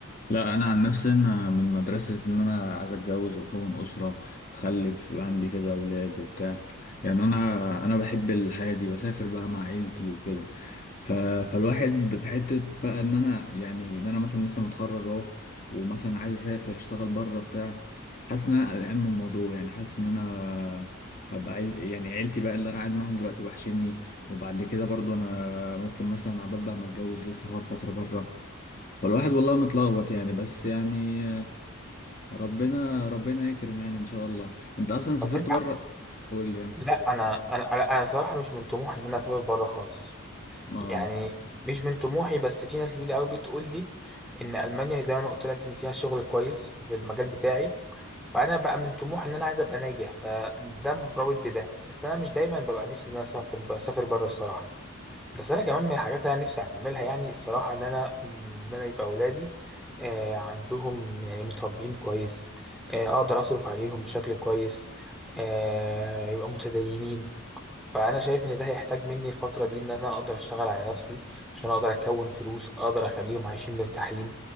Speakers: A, on the left; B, in the centre.
A: لا انا عن نفسي انا من مدرسه ان انا عايز اتجوز واكون اسره اخلف يبقى عندي كده اولاد وبتاع يعني انا انا بحب الحياه دي بسافر بقى مع عيلتي وكده ف... فالواحد في حته بقى ان انا يعني ان انا مثلا لسه متخرج اهو ومثلا عايز اسافر اشتغل بره بتاع حاسس ان انا قلقان من الموضوع يعني حاسس ان انا هبقى عيل يعني عيلتي بقى اللي انا قاعد معاهم دلوقتي وحشني وبعد كده برضو انا ممكن مثلا عبال بقى ما اتجوز لسه هقعد فتره بره فالواحد والله متلخبط يعني بس يعني ربنا ربنا يكرم يعني ان شاء الله انت اصلا سافرت
B: بس انت
A: بره قول لي
B: لا انا انا انا أنا بصراحه مش من طموحي ان انا اسافر بره خالص
A: اه
B: يعني مش من طموحي بس في ناس كتير قوي بتقول لي ان المانيا زي ما انا قلت لك ان فيها شغل كويس في المجال بتاعي فانا بقى من طموحي ان انا عايز ابقى ناجح فده مرتبط بده بس انا مش دايما ببقى نفسي ان انا اسافر اسافر بره الصراحه بس انا كمان من الحاجات اللي انا نفسي اعملها يعني الصراحه ان انا ان انا يبقى اولادي آه عندهم يعني متربيين كويس آه اقدر اصرف عليهم بشكل كويس آه يبقى متدينين فانا شايف ان ده هيحتاج مني الفتره دي ان انا اقدر اشتغل على نفسي عشان اقدر اكون فلوس اقدر اخليهم عايشين مرتاحين